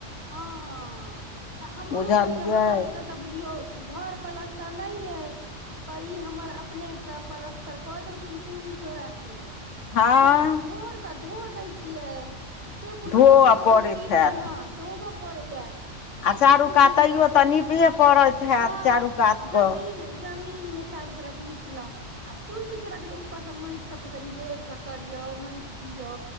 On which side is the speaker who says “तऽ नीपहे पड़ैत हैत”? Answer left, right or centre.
Left